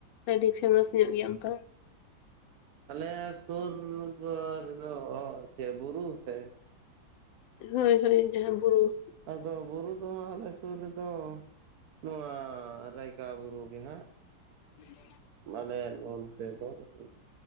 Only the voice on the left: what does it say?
ᱟᱹᱰᱤ ᱯᱷᱮᱢᱟᱥ ᱧᱚᱜ ᱜᱮᱭᱟ ᱚᱱᱠᱟ
ᱦᱳᱭ ᱦᱳᱭ ᱡᱟᱦᱟᱸ ᱵᱩᱨᱩ
ᱦᱮᱸ <inaudible>